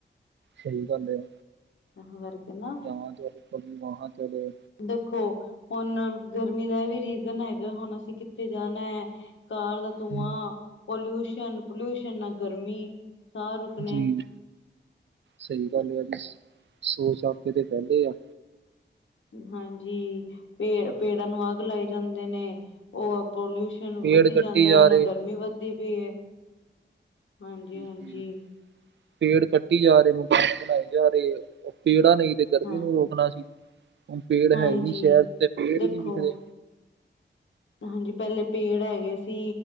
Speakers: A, on the right (about 70°); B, on the left (about 80°).
A: ਸਹੀ ਗੱਲ ਆ।
B: ਤਾਂ ਕਰਕੇ ਨਾ
A: ਯਹਾਂ ਚਲੋ ਕਭੀ ਵਹਾਂ ਚਲੇ,
B: ਦੇਖੋ ਹੁਣ ਗਰਮੀ ਦਾ ਵੀ ਰੀਜ਼ਨ ਹੈਗਾ ਹੁਣ ਅਸੀਂ ਕਿੱਥੇ ਜਾਣਾ ਹੈ। ਕਾਰ ਦਾ ਧੂੰਆਂ
A: ਹੂੰ,
B: ਪੋਲਿਊਸ਼ਨ, ਪੋਲਿਊਸ਼ਨ ਨਾ ਗਰਮੀ ਸਾਹ ਰੁਕਣੇ
A: ਜੀ ਸਹੀ ਗੱਲ ਆ ਵੀ ਸੌ ਸਤੇ ਤੇ ਪਹਿਲੇ ਆ
B: ਹਾਂਜੀ ਪੇ ਪੇੜਾਂ ਨੂੰ ਅੱਗ ਲਾਈ ਜਾਂਦੇ ਨੇ ਉਹ ਪੋਲਿਊ ਸ਼ਨ
A: ਪੇੜ
B: ਵਧੀ
A: ਕੱਟੀ
B: ਜਾਂਦਾ
A: ਜਾ
B: ਨਾ
A: ਰਹੇ।
B: ਗਰਮੀ ਵੱਧਦੀ ਪਈ ਹੈ ਹਾਂਜੀ,
A: ਜੀ
B: ਹਾਂਜੀ।
A: ਜੀ ਪੇੜ ਕੱਟੀ ਜਾ ਰਹੇ ਮਕਾਨ ਬਣਾਏ ਜਾ ਰਹੇ ਉਹ ਪੇੜਾ ਨਹੀਂ ਤੇ ਗਰਮੀ
B: ਹਾਂ
A: ਨੂੰ ਰੋਕਣਾ ਸੀ। ਹੁਣ ਪੇੜ
B: ਹਾਂਜੀ
A: ਹੈਗੇ ਨੀ ਸ਼ਹਿਰ ਤੇ ਪੇੜ
B: ਦੇਖੋ
A: ਹੀ ਨੀ ਵਿਖਦੇ।
B: ਹਾਂਜੀ ਪਹਿਲੇ ਪੇੜ ਹੈਗੇ ਸੀ।